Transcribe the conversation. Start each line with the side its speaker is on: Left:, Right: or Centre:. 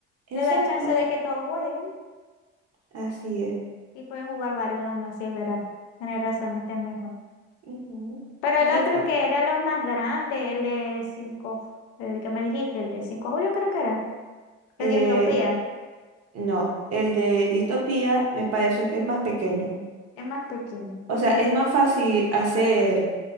Left: Le
Right: Exacto.
Left: da chance de que todos jueguen
Right: Así es.
Left: y pueden jugar varios años, sí, es verdad. Tienes razón, este es mejor.
Right: Ujú.
Left: Pero
Right: Entonces,
Left: el otro
Right: pues,
Left: que era lo más grande, el de 5 el que me dijiste, el de 5 julio creo que era.
Right: eh,
Left: El de Utopía,
Right: no, el de distopía me pareció que es más pequeño.
Left: es más pequeño.
Right: O sea, es más fácil hacer